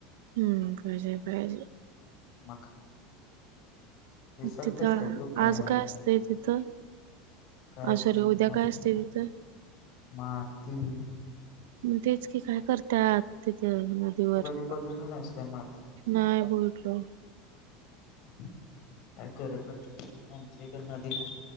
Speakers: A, on the right (about 80°); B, on the left (about 55°).
A: हम्म खयज पाहिजे
B: मग? विसरतेस
A: तिथं
B: काय तू
A: आज
B: आहे
A: काय असतय तिथं
B: काय
A: आ
B: असत
A: सॉरी उद्या
B: आज
A: काय असतय तिथं.
B: माती तू
A: म तेच की काय करत्यात तीत हम नदीवर
B: कधी बघितलं नाहीस काय माती
A: नाही बोल. ठ्लो <inaudible>
B: हम <inaudible> काय करत नाही आमची नदी